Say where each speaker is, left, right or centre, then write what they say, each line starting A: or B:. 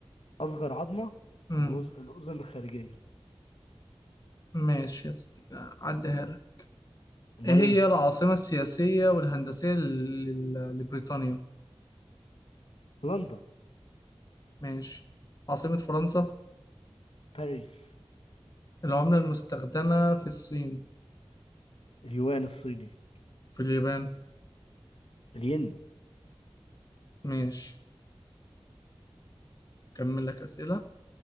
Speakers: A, on the left (about 75°); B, on the left (about 40°).
A: أصغر عظمة
B: مم.
A: الوز... الأذن الخارجية
B: ماشي هس- عديها لك
A: أمال
B: إيه هي
A: إيه
B: العاصمة السياسية والهندسية لل- لبريطانيا؟
A: لندن
B: ماشي عاصمة فرنسا
A: باريس
B: العملة المستخدمة في الصين
A: اليوان الصيني
B: في اليابان
A: الين
B: ماشي كمل لك أسئلة